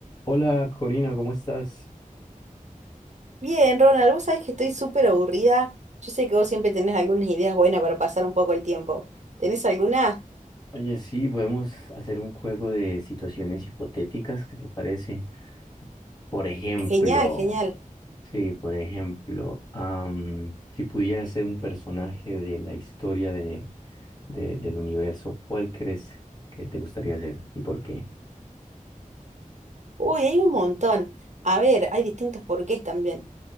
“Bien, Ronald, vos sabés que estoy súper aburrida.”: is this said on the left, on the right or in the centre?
Right